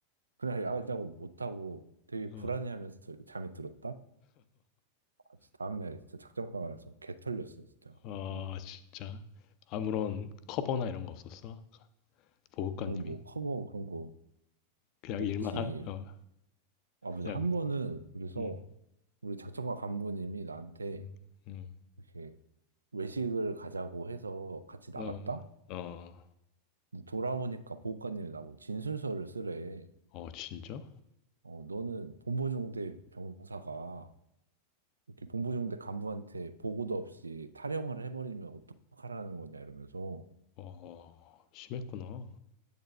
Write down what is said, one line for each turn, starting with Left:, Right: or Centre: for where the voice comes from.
Right: 그날 야간 작업 못하고 되게
Left: 어,
Right: 불안해하면서 이렇게 잠에 들었다. 아, 진짜 다음날 진짜 작전과 가서 개 털렸어 진짜.
Left: 어.
Right: 아,
Left: 아, 진짜. 아무런 커버나 이런 거 없었어? 보호관님이?
Right: 그거 뭐 커버 그런 거
Left: 그냥
Right: 없지.
Left: 일만 한, 어,
Right: 아버지
Left: 그냥,
Right: 한 번은 그래서
Left: 음,
Right: 우리 작전과 간부님이 나한테
Left: 음, 음.
Right: 이렇게 외식을 가자고 해서 같이 나갔다?
Left: 어, 어,
Right: 근데 돌아오니까 보호관님이 나보고 진술서를 쓰래.
Left: 어, 진짜?
Right: 어, 너는 본부중대 병사가 이렇게 본부중대 간부한테 보고도 없이 탈영을 해버리면 어떡하라는 거냐 이러면서
Left: 와, 심했구나.